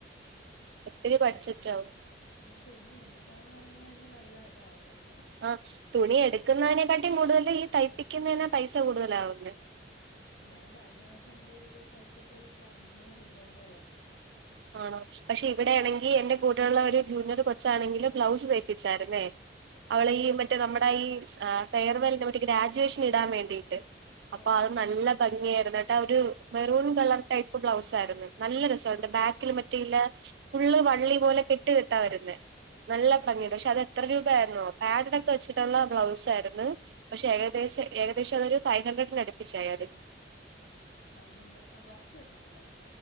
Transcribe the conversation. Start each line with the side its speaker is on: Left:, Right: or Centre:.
Right: ഒത്തിരി ബഡ്ജെറ്റ് ആവും.
Left: ഈ തുണി എടുക്കാന്ന് പറയുന്നതന്നെ നല്ല ഇതാവും കേട്ടോ?
Right: ആഹ് തുണി എടുക്കുന്നതിനെക്കാട്ടി കൂടുതല് ഈ തയ്പ്പിക്കുന്നതിനാ പൈസ കൂടുതലാവുന്നെ.
Left: ഞാൻ കഴിഞ്ഞ പ്രാവശ്യം എന്റെ ഒരിത് തയ്പ്പിച്ചത് തൊ അഞ്ഞൂറ് രൂപ എന്തോ ആയി.
Right: ആണോ? പക്ഷെ ഇവിടെ ആണെങ്കിൽ എന്റെ കൂടെള്ള ഒരു ജൂനിയർ കൊച്ചാണെങ്കില് ബ്ലൗസ് തേപ്പിച്ചായിരുന്നേ. അവള ഈ മറ്റേ നമ്മുടെ ഈ ഫെയർവെൽന് മറ്റ് ഗ്രാജുവേഷൻ ഇടാൻ വേണ്ടിയിട്ട്. അപ്പൊ
Left: ഓ
Right: അത്
Left: ഓ
Right: നല്ല ഭംഗിയായിരുന്ന്ട്ട ഒരു മെറൂൺ കളർ ടൈപ്പ് ബ്ലൗസ് ആയിരുന്ന് നല്ല രസുണ്ട് ബാക്ക് ലും മറ്റയില്ല. ഫുള്ള് വള്ളി പോലെ കെട്ട് കെട്ടാ വരുന്നേ. നല്ല ഭംഗിയുണ്ട്. പക്ഷെ അത് എത്ര രൂപ ആയിരുന്നോ? പാഡഡൊക്കെ വെച്ചിട്ടുള്ള ബ്ലൗസ് ആരുന്ന്. പക്ഷെ ഏകദേശം ഏകദേശം അതൊരു ഫൈവ് ഹൺഡ്രഡ് അടുപ്പിച്ചായി അത്.
Left: ഫൈവ് ഹൺണ്ട്രഡ്, ആഹ് വർക്ക് വരുന്നുണ്ടോ